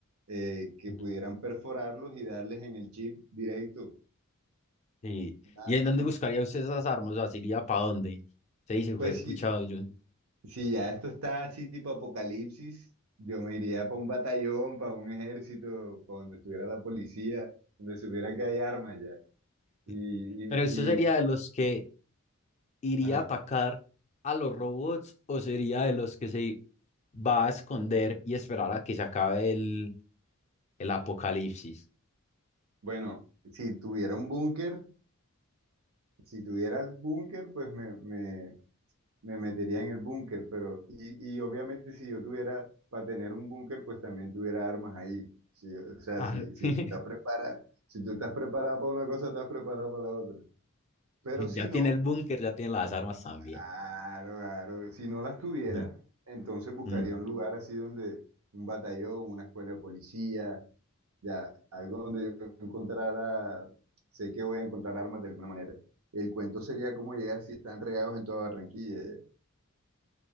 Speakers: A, on the right (about 80°); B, on the left (about 30°).
A: eh, que
B: Ujú.
A: pudieran perforarlos y darles en el chip directo.
B: Sí.
A: Ah,
B: ¿Y en dónde
A: mm,
B: buscaría usted esas armas? O sea, ¿se iría para dónde? Se dice, fue
A: Pues
B: puchado
A: si,
B: yo.
A: si ya esto está así tipo apocalipsis, yo me iría para un batallón, para un ejército, para donde estuviera la policía, donde supiera que hay armas ya. Y,
B: <laughs>
A: y,
B: Pero usted sería
A: y-
B: de los que iría
A: ajá.
B: a atacar a los robots o sería de los que se va a esconder y esperar a que se acabe el, el apocalipsis.
A: Bueno, si tuviera un búnker, si tuviera el búnker, pues me, me, me metería en el búnker, pero, y, y obviamente si yo tuviera, para tener un búnker, pues también tuviera armas ahí. Sí, o sea,
B: Ah,
A: si, si
B: <laughs>
A: estás preparado, si tú estás preparado para una cosa, estás preparado para la otra. Pero si
B: Ya
A: no,
B: tiene el búnker, ya tiene las armas también.
A: Claro, claro. Si no las tuviera,
B: Mm,
A: entonces buscaría
B: mm.
A: un lugar así donde un batallón, una escuela de policía, ya, algo donde yo encontrara, sé que voy a encontrar armas de alguna manera. El cuento sería cómo llegar si están regados en toda Barranquilla. ya.